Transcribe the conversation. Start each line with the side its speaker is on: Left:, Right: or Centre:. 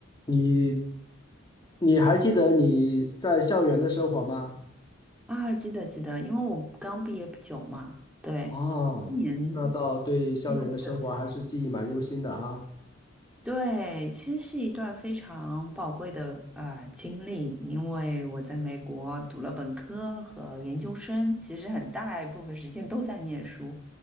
Left: 你你还记得你在校园的生活吗？
Centre: 啊，记得记得，因为我刚毕业不久嘛，对，
Left: 哦那倒对校园的生活还是记忆蛮忧心的哈。
Centre: 今年嗯对，对，其实是一段非常宝贵的呃经历，因为我在美国读了本科和研究生，其实很大一部分时间都在念书，